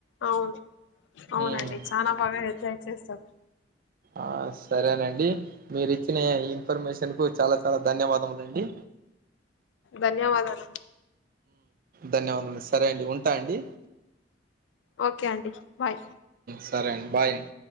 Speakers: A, on the left; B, on the right.
A: అవును అవునండి
B: ఉమ్.
A: చాల బాగా ఎంజాయ్ చేస్తాము
B: ఆ సరేనండి మీరు ఇచ్చిన ఇన్ఫర్మేషన్ కు చాలా చాలా ధన్యవాదములండి
A: ధన్యవాదాలు
B: ధన్యవాదముం సరే అండి ఉంటా అండి
A: ఓకే అంటడి బాయ్
B: సరే అండి బాయ్ అండి